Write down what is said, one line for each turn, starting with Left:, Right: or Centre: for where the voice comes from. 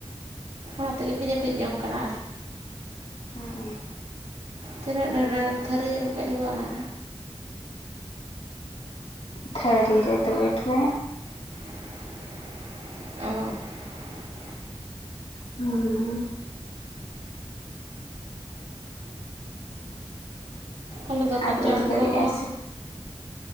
Right: ᱚᱱᱟ ᱛᱮᱜᱮ ᱯᱮ ᱡᱟᱹᱯᱤᱫ ᱡᱚᱝ ᱠᱟᱱᱟ
Left: ᱦᱩᱸ
Right: ᱛᱤᱱᱟᱹᱜ ᱰᱷᱟᱹᱨ ᱰᱷᱚᱹᱨ ᱛᱷᱟᱹᱨᱤ ᱨᱮᱯᱮ ᱞᱩ ᱟᱱᱟ
Left: ᱛᱷᱟᱹᱨᱤ ᱨᱮ ᱯᱞᱮᱴ ᱨᱮ
Right: ᱚ
Left: ᱦᱩᱸ
Right: ᱟᱞᱮ ᱫᱚ
Left: ᱟᱨ
Right: ᱠᱟᱪᱟᱱ
Left: ᱩᱫᱜᱟᱹᱨᱮ
Right: ᱠᱚ
Left: ᱟᱭ ᱥᱮ